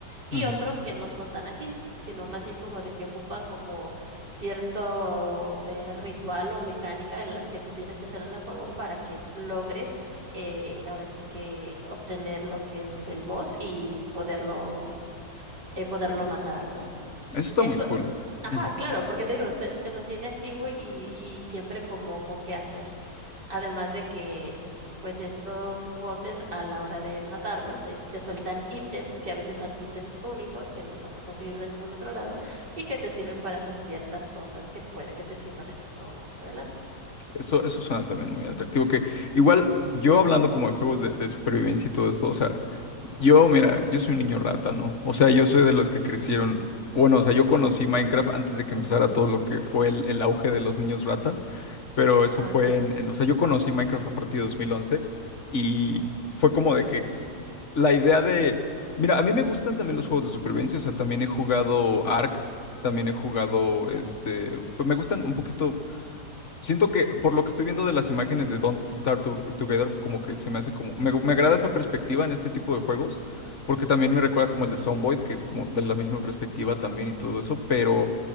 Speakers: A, on the right (about 80°); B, on the left (about 45°).
A: y
B: ujú.
A: otros que no son tan así, sino más bien como de que ocupan como cierto eh, ritual o mecánica en la que tú tienes que hacer en el juego para que logres eh, ahora sí que obtener lo que es el boss y poderlo, eh, poderlo matar, ¿no?
B: Eso está
A: Esto,
B: muy cool.
A: ajá,
B: Ujú.
A: claro, porque te digo, te, te mantiene activo y, y siempre como con qué hacer. Además de que, pues estos voces a la hora de matarlos, es- te sueltan ítems que a veces son ítems únicos que no vas a conseguir de ningún otro lado y que te sirven para hacer ciertas cosas que puede que te sirvan en el juego más adelante.
B: Eso, eso suena también muy atractivo. Que igual, yo hablando como de juegos de, de supervivencia y todo esto, o sea, Yo, mira, yo soy un niño rata, ¿no? O sea, yo soy de los que crecieron. Bueno, o sea, yo conocí Minecraft antes de que empezara todo lo que fue el, el auge de los niños rata, pero eso
A: Ah,
B: fue
A: Ok.
B: en, en- O sea, yo conocí Minecraft a partir de 2011 y fue como de que la idea de... Mira, a mí me gustan también los juegos de supervivencia, o sea, también he jugado Ark, también he jugado, este... Pues me gustan un poquito Siento que por lo que estoy viendo de las imágenes de Don't Starve To- Together, como que se me hace como... Me, me agrada esa perspectiva en este tipo de juegos, porque también me recuerda como el de Zomboid, que es como de la misma perspectiva también y todo eso, pero